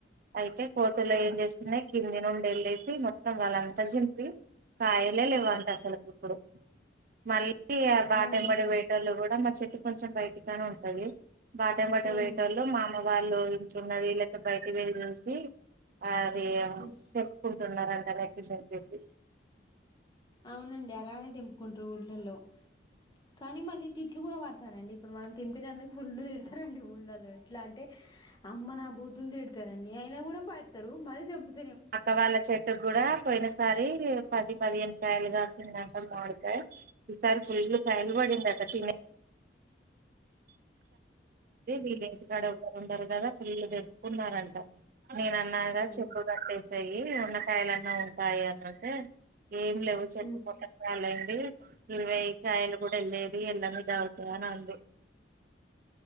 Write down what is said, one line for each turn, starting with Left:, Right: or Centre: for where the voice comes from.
Right: అయితే కోతులు
Left: ఆ
Right: ఏం చేసినాయ్ కింది నుండి ఎళ్ళెసి మొత్తం వలంతా చింపి కాయలే లెవ్వంట అసలు ఇప్పుడు మళ్ళీ ఆ బాటమ్మట
Left: అవును
Right: పోయెటొళ్ళు కూడా మ చెట్ కొంచెం బయటిగానే ఉంటది బాటెమ్మట
Left: హ్మ్
Right: పొయెటోళ్ళు మా అమ్మ వాళ్ళు ఇంచున్నది లేపోతే బయట వెళ్ళి చూసి ఆ <unintelligible>
Left: హ్మ్
Right: చెప్పుకు న్నారంట నెట్ చింపేసి
Left: అవునండి అలానే దింపుకుంట్రారు ఊళ్ళలో కానీ మళ్ళీ తిట్లు కూడా పడతారండి ఇప్పుడు మనం తెంపినందుకు ఫుల్లు తిడతరండి ఊళ్ళలో ఇట్లాంటి టి అమ్మ నా బూతులు తిడ్ తారండి అయినా కూడా పడతరు మళ్ళి తెంపుత
Right: అక్క వాళ్ళ చెట్టు గూడా పోయిన సారి పది పదిహేను కాయలు కాసిందట మావిడికాయ్ ఈసారి ఫుల్ కాయలు పడిందట తినే ఓే <unintelligible> <inaudible> ఇంటికాడ ఎవరుండరు కదా ఫుల్ తెంపుకున్నారంట నేను అన్నాగా
Left: హ్మ్
Right: చెప్పు కట్టేసెయి ఉన్న కాయలన్నా ఉంటాయి అని అంటే ఏం లేవు చెట్టు
Left: హ్మ్
Right: మొత్తం కాలయింది ఇరవై కాయలు కూడా ఎల్లేది ఎల్లనిది డౌట్ అని అంది